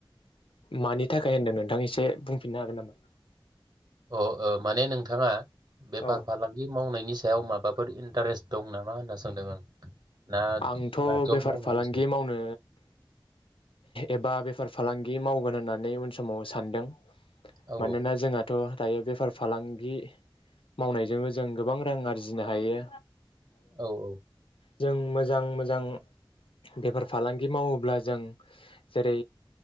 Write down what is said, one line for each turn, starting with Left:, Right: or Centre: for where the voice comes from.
Left: मानि थाखाय होनदों नोंथां एसे बुंफिननो हागोन नामा?
Right: अ ओ माने नोंथाङा बेफार
Left: औ
Right: फालांगि मावनायनि सायाव माबाफोर इन्टारेस्ट दं नामा होनना सोंदों आं ना
Left: आंथ'
Right: ना जब
Left: बेफार
Right: मावनायनि
Left: फालांगि
Right: सायाव
Left: मावनो एबा बेफार फालांगि माव गोन होननानै उन समाव सानदों।
Right: औ
Left: मानोना जोंहाथ' दायो बेफार फालांगि मावनायजोंबो जों गोबां रां आरजिनो हायो
Right: औ औ।
Left: जों मो जां मोजां बेफार फालांगि मावोब्ला जों जेरै